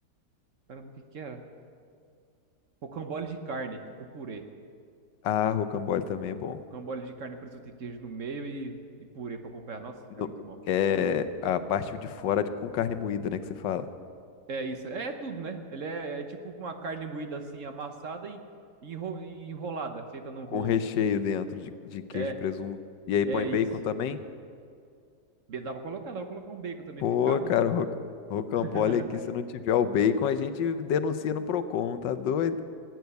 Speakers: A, on the right; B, on the left.
A: Caramba, o que que era? Rocambole de carne com purê.
B: Ah, rocambole também é bom.
A: Rocambole de carne, presunto e queijo no meio e, e purê pra acompanhar. Nossa,
B: No-
A: é muito bom.
B: É a parte de fora de... com carne moída, né? Que você fala.
A: É isso, é tudo, né? Ele é, é tipo uma carne moída assim, amassada e, e enro- e enrolada, feita num
B: com
A: rolo,
B: recheio
A: assim.
B: dentro de, de queijo
A: É,
B: e presunto. E aí
A: é
B: põe bacon
A: isso.
B: também?
A: Bem, Dá pra colocar, dá pra colocar um bacon também
B: Pô,
A: picado.
B: cara, o roc- rocambole
A: <laughs>
B: aqui, se não tiver o bacon, a gente denuncia no Procon, tá doido?